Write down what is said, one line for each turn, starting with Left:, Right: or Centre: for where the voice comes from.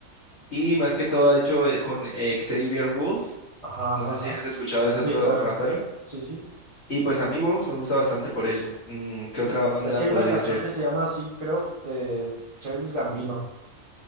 Left: Y más que todo ha hecho eh, con eh, Xavier Wolf.
Right: ajá,
Left: No
Right: ajá.
Left: sé
Right: ajá.
Left: si has escuchado a ese
Right: Sí,
Left: otro
Right: claro.
Left: rapero.
Right: Sí, sí.
Left: Y pues a mí Bones me gusta bastante por eso. Mm, ¿qué otra banda
Right: Es que hay
Left: podría
Right: una canción
Left: ser?
Right: que se llama así, creo, de Childish Gambino.